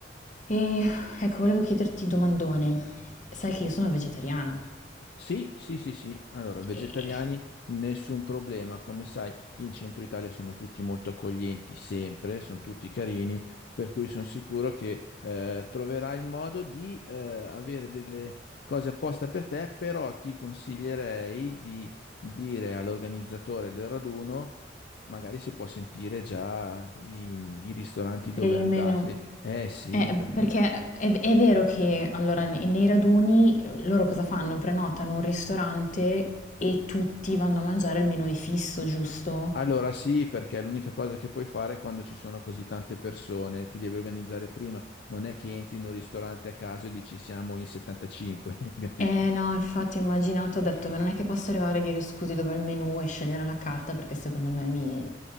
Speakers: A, on the left; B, on the left.
A: E ecco, volevo chiederti domandone, sai che io sono vegetariana.
B: Sì, sì, sì, sì. Allora, vegetariani,
A: Eh,
B: nessun problema. Come sai, in centro Italia sono tutti molto accoglienti, sempre, sono tutti carini, per cui sono sicuro che eh, troverai il modo di eh, avere delle cose apposta per te, però ti consiglierei di dire all'organizzatore del raduno, magari se può sentire già i, i ristoranti dove
A: Per il
B: andate.
A: meno.
B: Eh sì,
A: Eh,
B: perché...
A: perché è, è vero che allora ne- nei raduni eh, loro cosa fanno? Prenotano un ristorante e tutti vanno a mangiare il menù è fisso, giusto?
B: Allora sì, perché è l'unica cosa che puoi fare quando ci sono così tante persone, ti devi organizzare prima, non è che entri in un ristorante a caso e dici siamo in 75, <laughs> capisci?
A: Eh no, infatti ho immaginato, ho detto: "Ma non è che posso arrivare e dire: "Scusi, dov'è il menù?" E scegliere la carta perché secondo me mi